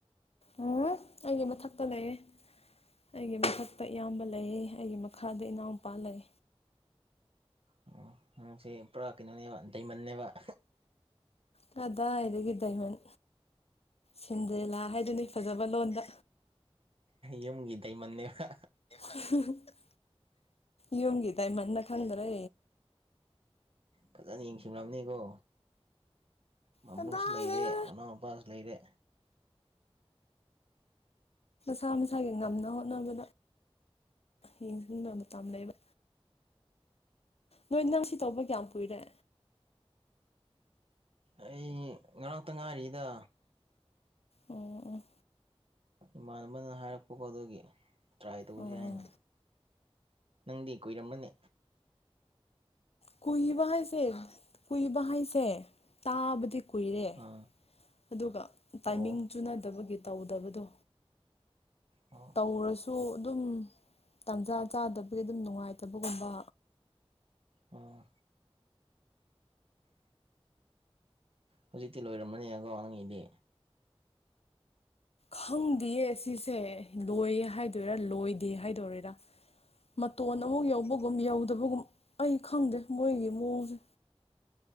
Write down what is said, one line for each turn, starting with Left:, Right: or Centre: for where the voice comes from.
Left: ꯎꯝ ꯑꯩꯒꯤ ꯃꯊꯛꯇ ꯂꯩꯌꯦ ꯑꯩꯒꯤ ꯃꯊꯛ ꯑꯌꯥꯝꯕ ꯂꯩꯌꯦ ꯑꯩꯒꯤ ꯃꯈꯥꯗ ꯏꯅꯥꯎꯄꯥꯥ ꯂꯩ
Right: ꯑꯣ ꯅꯪꯁꯤ ꯄꯨꯔꯥ ꯀꯩꯅꯣꯅꯦꯕ ꯗꯥꯏꯃꯟꯅꯦꯕ
Left: ꯀꯗꯥꯏꯗꯒꯤ ꯗꯥꯏꯃꯟ ꯁꯤꯟꯗꯦꯂꯥ ꯍꯥꯏꯗꯨꯅꯤ ꯐꯖꯕ ꯂꯣꯟꯗ
Right: ꯌꯨꯝꯒꯤ ꯗꯥꯏꯃꯟꯅꯦꯕ
Left: <unintelligible> ꯌꯨꯝꯒꯤ ꯗꯥꯏ ꯃꯟꯅ ꯀꯪꯗ꯭ꯔꯦ
Right: ꯐꯖꯅ ꯌꯦꯡꯁꯤꯜꯂꯝꯅꯤꯀꯣ ꯃꯕꯨꯡꯁꯨ
Left: ꯀꯗꯥꯏꯗꯩꯅꯣꯗ
Right: ꯂꯩꯔꯦ ꯃꯅꯥꯎ ꯅꯨꯄꯥꯁꯨ ꯂꯩꯔꯦ
Left: ꯃꯁꯥ ꯃꯁꯥꯒꯤ ꯉꯝꯅ ꯍꯣꯠꯅꯕꯗ <unintelligible> ꯇꯝ ꯂꯩꯕ ꯅꯣꯏ ꯅꯪ ꯁꯤ ꯇꯧꯕ ꯀꯌꯥꯝ ꯀꯨꯏꯔꯦ
Right: ꯑꯩ ꯉꯔꯥꯡꯇ ꯉꯥꯏꯔꯤꯗ
Left: ꯑꯣ
Right: ꯏꯃꯥꯟꯅꯕꯅ ꯍꯥꯏꯔꯛꯄꯀꯣ ꯑꯗꯨꯒꯤ ꯇ꯭ꯔꯥꯏ ꯇꯧꯁꯤ
Left: ꯑꯣ ꯑꯣ
Right: ꯍꯥꯏꯅ ꯅꯪꯗꯤ ꯀꯨꯏꯔꯝꯃꯥꯅꯦ
Left: ꯀꯨꯍꯤꯕ ꯍꯥꯏꯁꯦ ꯀꯨꯏꯕ ꯍꯥꯏꯩꯁꯦ ꯇꯥꯕꯗꯤ ꯀꯨꯏꯔꯦ
Right: ꯑꯥ
Left: ꯑꯗꯨꯒ ꯇꯥꯏꯃꯤꯡ
Right: ꯑꯣ
Left: ꯆꯨꯅꯗꯕꯒꯤ ꯇꯧꯗꯕꯗꯣ
Right: ꯑꯣ
Left: ꯇꯧꯔꯁꯨ ꯁꯨ ꯑꯗꯨꯝ ꯇꯥꯟꯖꯥ ꯆꯥꯗꯕꯒꯤ ꯑꯗꯨꯝ ꯅꯨꯡꯉꯥꯏꯇꯕꯒꯨꯝꯕ
Right: ꯑꯣ ꯍꯧꯖꯤꯛꯇꯤ ꯂꯣꯏꯔꯝꯃꯅꯦꯀꯣ ꯅꯪꯒꯤꯗꯤ
Left: ꯈꯪꯗꯦꯌꯦ ꯁꯤꯁꯦ ꯂꯣꯏꯌꯦ ꯍꯥꯏꯗꯣꯏꯔꯥ ꯂꯣꯏꯗꯦ ꯍꯥꯏꯗꯣꯏꯔꯤꯔ ꯃꯇꯣꯟ ꯑꯃꯨꯛ ꯌꯧꯕꯒꯨꯝ ꯌꯧ ꯑꯗꯨꯒꯨꯝ ꯑꯩ ꯈꯪꯗꯦ ꯃꯣꯏꯒꯤ ꯃꯑꯣꯡꯁꯦ